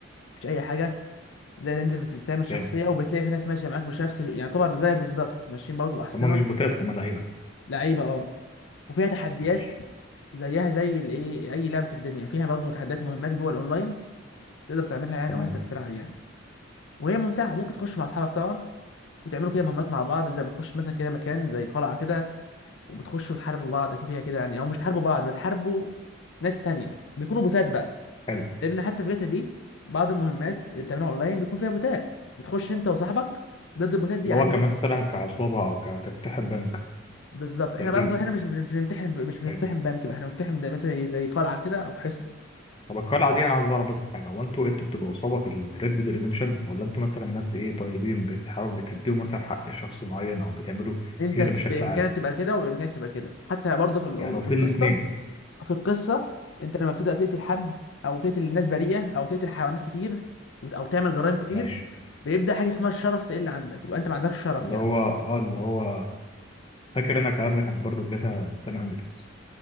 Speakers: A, on the left; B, on the left.
A: مفيش اي حاجه زي ده انت بتعمل شخصيه
B: فاهم
A: وبتلاقي في ناس ماشيه معاك مش نفس يعني يعتبر زيك بالظبط ماشيين برضو باحصنه
B: هما مش بوتات هما لعيبه
A: لعيبه اه وفيها تحديات
B: ماشي
A: زيها زي الايه اي لعبه في الدنيا فيها برضو تحديات مهمات جوه الاونلاين تقدر تعملها يعني
B: تمام
A: وانت بتلعب يعني وهي ممتعه ممكن تخش مع اصحابك طبعا وتعملوا كده مهمات مع بعض زي بتخش مثلا كده مكان زي قلعه كده وبتخشوا تحاربوا بعض فيها كده يعني او مش تحاربوا بعض بتحاربوا ناس تانية بيكونوا بوتات بقى
B: حلو
A: لان حتى في جاتا في بعض المهمات اللي بتعملوها اونلاين بيكون فيها بوتات بتخش انت وصاحبك ضد البوتات دي
B: اللي
A: عادي
B: هو كمثلا
A: جدا
B: كعصابه او كتفتح بنك
A: بالظبط احنا
B: تقريبا
A: برضه احنا مش مش بنمتحن مش
B: حلو
A: بنقتحم بنك بقى احنا بنقتحم ده مثلا زي قلعه كده او حصن
B: طب القلعه دي انا عاوز اعرف بس حاجه هو انتوا انتوا بتبقوا عصابه في الريد ديد ريدمشن ولا انتوا مثلا ناس ايه طيبين بتحاولوا بتديهم مثلا حق شخص معين او بتعملوا
A: انت
B: خير
A: في
B: بشكل
A: بامكانك
B: عام
A: تبقى كده وبامكانك تبقى كده حتى برضه في ال-
B: يعني هو
A: في
B: في
A: القصه
B: الاثنين
A: في القصه انت لما بتبدا تقتل حد او تقتل الناس بريئه او تقتل حيوانات كتير وت- او تعمل جرائم كتير
B: ماشي
A: بيبدا حاجه اسمها الشرف تقل عندك يبقى انت ما عندكش شرف
B: اللي
A: يعني
B: هو اه اللي هو فاكر انا الكلام ده كان برضه في جاتا سان اندريس